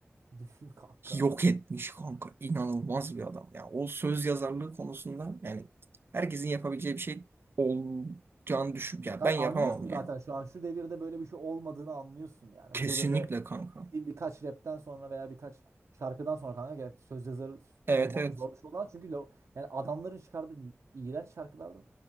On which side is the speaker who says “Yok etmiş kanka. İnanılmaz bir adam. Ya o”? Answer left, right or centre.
Right